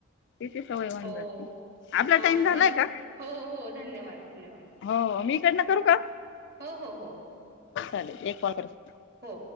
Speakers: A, on the left (about 60°); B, on the right (about 55°).
A: तिची सवय होवून
B: हो
A: जाते. आपला
B: अ
A: टाइम झालाय
B: धन
A: का?
B: हो हो धन्यवाद धन्यवाद
A: हो मी इकडन करू का.
B: हो हो हो.
A: चालेल एक कॉल करते.
B: हो